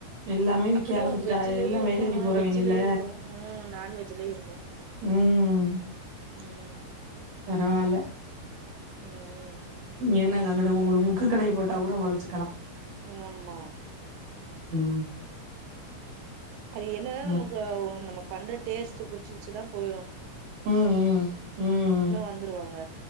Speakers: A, on the right (about 50°); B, on the right (about 80°).
A: எல்லாமே விக்க
B: அப்டியு
A: ஆரம்பிச்சுட்டா
B: வெஜ்ஜிலயு
A: எல்லா
B: இருக்கு
A: வேலைக்கு
B: ஆஹ்
A: போறவைங்கல்ல
B: வெஜ்ஜிலயு இருக்கு உம் நான்வெஜ்ஜிலயு இருக்கு
A: ம்
B: உம்
A: பரவால
B: உம்
A: என்ன கா இங்கன ஒரு முக்கு கடைய போட்டா கூட உழச்சுக்கலா
B: ஆமா
A: ம்
B: அது என்னன்னா
A: ம்
B: நமக்கு ஓ நம்ம பண்ற டேஸ்ட்டு புடி சச்சிச்தான் போயிரும்
A: ம் ம் ம் ம்
B: வந்துருவாங்க